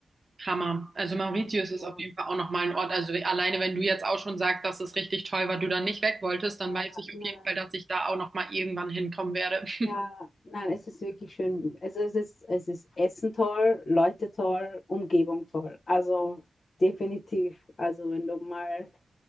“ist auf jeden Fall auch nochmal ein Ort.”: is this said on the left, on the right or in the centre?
Right